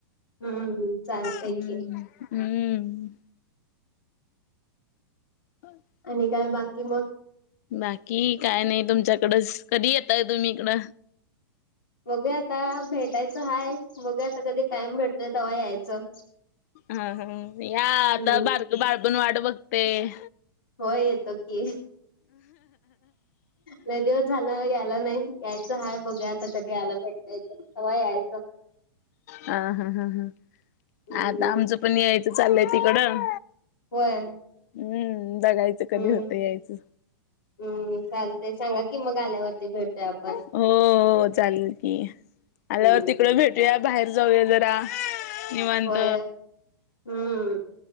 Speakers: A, on the left; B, on the left.
A: हम्म चालतय
B: हम्म
A: की.
B: हम्म! <unintelligible>
A: आणि काय बाकी मग?
B: बाकी काय नाही तुमच्याकडच, कधी यताय तुम्ही इकडं?
A: बघूया आता भेटायचं हाय बघुया आता कधी टाइम भेटतोय तेव्हा यायचं.
B: हा हा या आता
A: हम्म
B: बारक बाळ पण वाट बघतय.
A: हो येतो की लय दिवस झाला याला नाही यायचं हाय बघू आता कधी यायला भेटय तव यायचं.
B: हा हा हा हा
A: हम्म
B: आता आमचं पण यायचं चाललंय तिकडं.
A: होय
B: हम्म दगायचं कधी
A: हम्म
B: होतं यायचं.
A: हम्म चालतय सांगा कि मग आल्यावरती भेटतोय आपण
B: हो हो चालेल की आल्यावर
A: हम्म
B: तिकड भेटूया बाहेर जाऊया जरा निवंत
A: होय हम्म